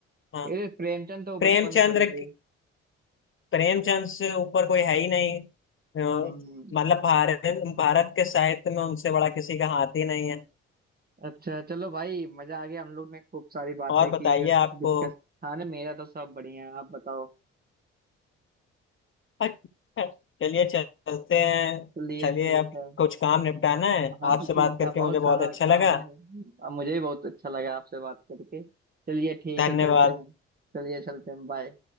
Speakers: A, on the left; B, on the right.
A: हाँ
B: ये प्रेमचंद तो
A: प्रेमचंद्र
B: बचपन में पढ़े थे
A: प्रेमचंद से ऊपर कोई है ही नहीं अ,
B: हम्म
A: मतलब भारत भारत के साहित्य में उनसे बड़ा किसी का हाथ ही नहीं है
B: अच्छा चलो भाई मजा आ गया हम लोग ने खूब सारी बातें
A: और बताइए
B: की
A: आपको
B: डिस्कस हाँ ना मेरा तो सब बढ़िया है, आप बताओ
A: अच्छा, चलिए चलते हैं
B: चलिए
A: चलिए
B: ठीक
A: अब
B: है
A: कुछ काम निपटाना है
B: हाँ
A: आपसे
B: कुछ
A: बात
B: क्या
A: करके
B: बहुत
A: मुझे बहुत
B: सारा
A: अच्छा लगा
B: काम है अब मुझे भी बहुत अच्छा लगा आपसे बात करके चलिए ठीक
A: धन्यवाद
B: है चलते हैं चलिए चलते हैं बाय